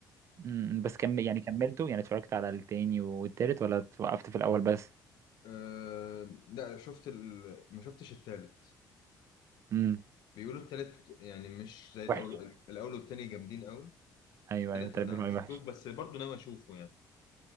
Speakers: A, on the right (about 40°); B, on the left (about 70°).
A: امم بس كم يعني كملته يعني اتفرجت على التاني والتالت ولا وقفت في الاول بس
B: آه لا شفت ال... ما شفتش التالت
A: امم
B: بيقولوا التالت يعني مش زي الاول
A: وحش
B: الاول والتاني جامدين قوي
A: ايوه
B: التالت
A: ايوه تربي
B: انا
A: الوعي
B: ما شفتوش
A: وحش
B: بس برضه ناوي اشوفه يعني